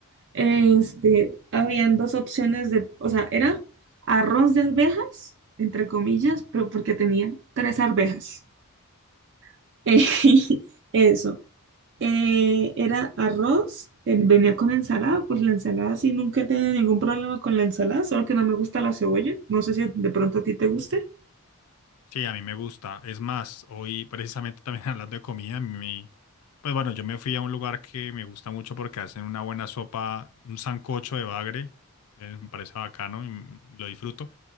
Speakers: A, on the right; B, on the left.
A: este, habían dos opciones de, o sea, era arroz de arvejas, entre comillas, pero porque tenía tres arvejas. <laughs> Eh, eso. Eh, era arroz, eh, venía con ensalada, pues la ensalada sí, nunca he tenido ningún problema con la ensalada, solo que no me gusta la cebolla. No sé si de pronto a ti te guste.
B: Sí, a mí me gusta. Es más, hoy precisamente también <laughs> hablando de comida, mi, pues bueno, yo me fui a un lugar que me gusta mucho porque hacen una buena sopa, un sancocho de bagre, eh, me parece bacano y mm, lo disfruto.